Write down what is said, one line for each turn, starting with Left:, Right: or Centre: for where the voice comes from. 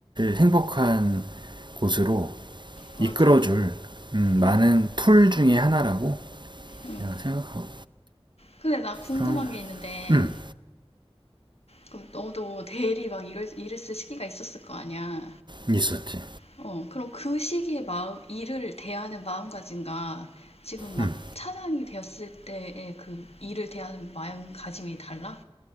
Right: 행복한 곳으로
Left: <laughs> 맞아.
Right: 이끌어줄 음, 많은
Left: 응,
Right: 툴 중에 하나라고
Left: 응.
Right: 내가 생각하고
Left: 근데 나 궁금한
Right: 그런
Left: 게 있는데,
Right: 음
Left: 그럼 너도 대리 막 이랬, 이랬을 시기가 있었을 거 아니야?
Right: 있었지.
Left: 어, 그럼 그 시기에 마음, 일을 대하는 마음가짐과 지금 막
Right: 음
Left: 차장이 되었을 때의 그 일을 대하는 마음가짐이 달라?